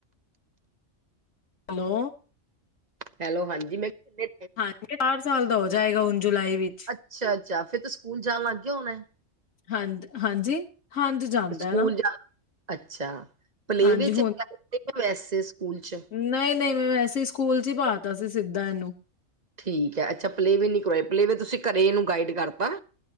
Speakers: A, on the left (about 80°); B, on the right (about 35°).
A: hello
B: hello, ਹਾਂਜੀ ਮੈਂ ਕਿਨੇ
A: ਹਾਂਜੀ, ਚਾਰ ਸਾਲ ਦਾ ਹੋ ਜਾਏਗਾ ਹੁਣ ਜੁਲਾਈ ਵਿੱਚ
B: ਅੱਛਾ ਅੱਛਾ, ਫੇਰ ਤਾਂ ਸਕੂਲ ਜਾਣ ਲੱਗ ਗਿਆ ਹੋਣਾ।
A: ਹਾਂ ਹਾਂਜੀ ਹਾਂਜੀ ਜਾਂਦਾ
B: ਸਕੂਲ
A: ਹੈ ਨਾ।
B: ਜਾ ਅੱਛਾ ਪਲੇ
A: ਹਾਂਜੀ
B: ਵੇ ਵੈਸੇ ਸਕੂਲ ਚ
A: ਨਹੀਂ ਨਹੀਂ, ਮੈਂ ਵੈਸੇ ਸਕੂਲ ਚ ਹੀ ਪਾਤਾ ਸੀ ਸਿੱਧਾ ਇਹਨੂੰ।
B: ਠੀਕ ਹੈ ਅੱਛਾ ਪਲੇਵੇ ਨਹੀਂ ਕਰਵਾਏ ਪਲੇਅਵੇ ਤੁਸੀਂ ਘਰ ਨੂੰ ਗਾਈਡ ਕਰਤਾ।